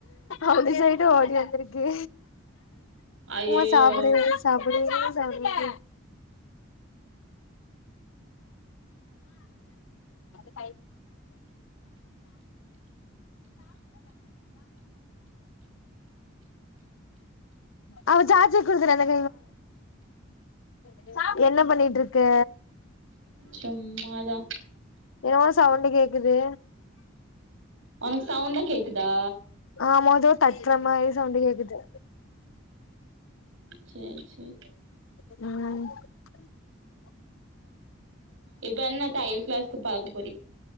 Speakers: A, on the left (about 80°); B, on the right (about 75°).
A: அப்டி சொல்லிட்டு ஓடி வந்துருக்கு
B: ஐயயோ
A: ஓ சாப்புடு சாப்புடு <unintelligible> எ அவ சார்ஜர் குடுக்குற அந்த <unintelligible> என்ன பண்ணிட்ருக்கு
B: சும்மாதா
A: எதோ சவுண்டு கேக்குது
B: உனக்கு சவுண்டா கேக்குதா
A: ஆமா ஏதோ தட்ற மாரி சவுண்டு கேக்குது
B: சேரி சேரி
A: ம்
B: இப்ப என்ன தையல் கிளாஸ்க்கு பழகு